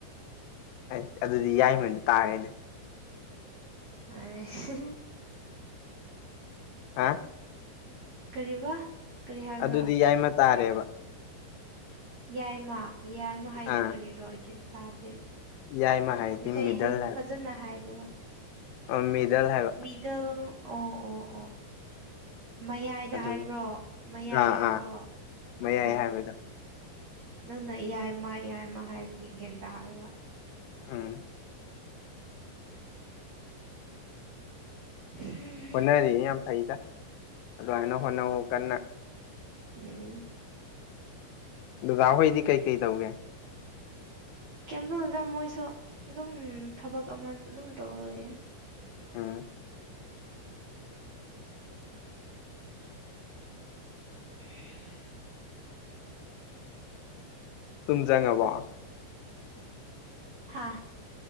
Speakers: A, on the left (about 85°); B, on the right (about 85°).
A: ꯑꯩꯁ ꯑꯗꯨꯗꯤ ꯌꯥꯏꯃꯅ ꯇꯥꯔꯦꯅꯦ
B: ꯍꯣꯏ
A: ꯍꯥ
B: ꯀꯔꯤꯕ ꯀꯔꯤ ꯍꯥꯏꯕ꯭ꯔꯣ
A: ꯑꯗꯨꯗꯤ ꯌꯥꯏꯃ ꯇꯥꯔꯦꯕ
B: ꯌꯥꯏꯃ ꯌꯥꯏꯃ ꯍꯥꯏꯗꯤ
A: ꯑꯥ
B: ꯀꯔꯤꯔꯣ ꯒ꯭ꯌꯥꯟ ꯇꯥꯗꯦ
A: ꯌꯥꯏꯃ ꯍꯥꯏꯗꯤ
B: ꯃꯤꯇꯩꯂꯣꯟ
A: ꯃꯤꯗꯜ
B: ꯐꯖꯅ ꯍꯥꯏꯗꯦꯕ
A: ꯑꯣ ꯃꯤꯗꯜ ꯍꯥꯏꯕ
B: ꯗꯜ ꯑꯣ ꯑꯣ ꯑꯣ ꯃꯌꯥꯏꯗ
A: ꯑꯗꯨꯒꯤ
B: ꯍꯥꯏꯕ꯭ꯔꯣ ꯃꯌꯥꯏ
A: ꯑꯥ
B: ꯍꯥꯏꯕ꯭ꯔꯣ
A: ꯑꯥ ꯃꯌꯥꯏ
B: ꯑꯣ
A: ꯍꯥꯏꯕꯗꯣ
B: ꯅꯪꯅ ꯌꯥꯏꯃ ꯌꯥꯏꯃ ꯍꯥꯏꯕꯒꯤ ꯒ꯭ꯌꯥꯟ ꯇꯥꯗꯕ
A: ꯎꯝ
B: ꯍꯝ
A: <unintelligible> ꯌꯥꯝ ꯐꯩꯗ ꯑꯗꯨꯃꯥꯏꯅ ꯍꯣꯠꯅꯧ ꯑꯣ ꯀꯟꯅ
B: ꯎꯝ
A: ꯗꯗꯥ ꯍꯣꯏꯗꯤ ꯀꯩꯀꯩ ꯇꯧꯒꯦ
B: ꯀꯦꯝ ꯇꯧꯗꯦꯗ ꯃꯣꯏꯁꯨ ꯑꯗꯨꯝ ꯊꯕꯛ ꯑꯃ ꯑꯗꯨꯝ ꯇꯧꯔꯒ ꯂꯩꯌꯦ
A: ꯎꯝ
B: <inaudible>
A: ꯇꯨꯝ ꯆꯪꯉꯕꯣ
B: ꯍꯥꯥ